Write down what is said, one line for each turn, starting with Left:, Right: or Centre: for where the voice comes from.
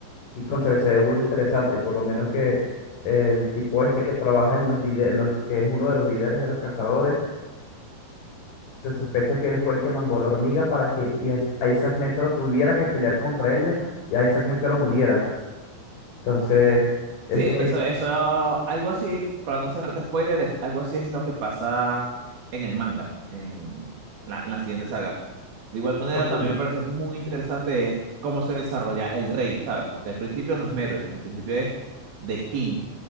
Left: y cónchale, se ve burda interesante. Por lo menos que el tipo este que trabaja en los líderes, que es uno de los líderes de los cazadores. Se sospecha que él fue el que mandó a la hormiga para que Is- Isaac Netero tuviera que pelear contra ella y Isaac Netero muriera. Entonces, eso,
Right: Sí, eso, eso, algo así, para no hacerte spoilers, algo así es lo que pasa en el manga, en la, en la siguiente saga. De igual manera,
Left: Ok.
Right: también me parece muy interesante cómo se desarrolla el rey, ¿sabes? Porque al principio no es Merwin, al principio es The King,